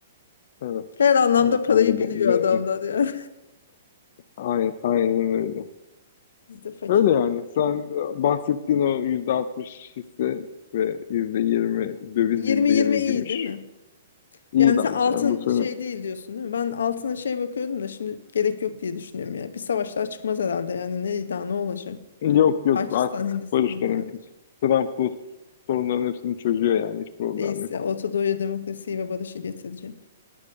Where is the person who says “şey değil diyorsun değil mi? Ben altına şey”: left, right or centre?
Left